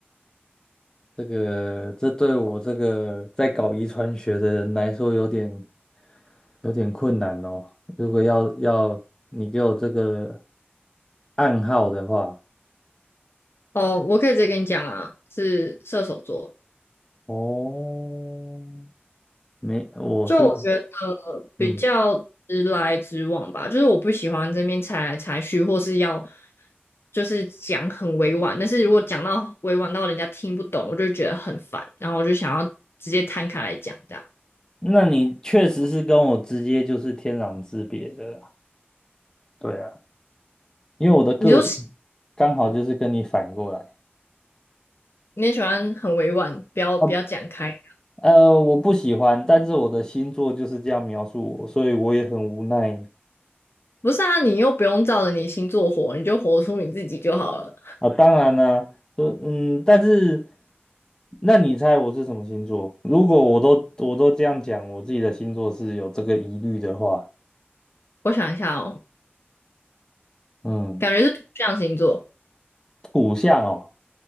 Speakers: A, on the left (about 15°); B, on the left (about 75°).
A: 这个这对我这个在搞遗传学的人来说有点有点困难哦。如果要要你给我这个暗号的话，
B: 哦，我可以直接跟你讲啊，是射手座。
A: 哦，没，我是
B: 就我觉得比较直来直往吧，
A: 嗯，
B: 就是我不喜欢这边猜来猜去，或是要就是讲很委婉，但是如果讲到委婉到人家听不懂，我就觉得很烦，然后我就想要直接摊开来讲这样。
A: 那你确实是跟我直接就是天壤之别的啦。对啊，因为我的个性
B: 你就是
A: 刚好就是跟你反过来。
B: 你也喜欢很委婉，不要不要讲开。
A: 啊呃，我不喜欢，但是我的星座就是这样描述我，所以我也很无奈，
B: 不是啊，你又不用照着你星座活，你就活出你自己就好了。
A: 啊，当然啦，呃，嗯，但是，那你猜我是什么星座？如果我都我都这样讲，我自己的星座是有这个疑虑的话，
B: 我想一下哦，
A: 嗯，
B: 感觉是土象星座
A: 土象哦，